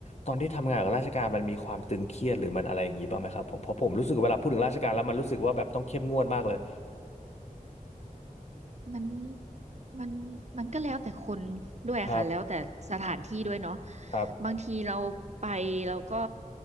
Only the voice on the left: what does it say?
ตอนที่ทำงานกับราชการมันมีความตึงเครียดหรือมันอะไรอย่างนี้บ้างไหมครับผมเพราะผมรู้สึกเวลาพูดถึงราชการแล้วมันรู้สึกว่าแบบต้องเข้มงวดมากเลย
ครับครับ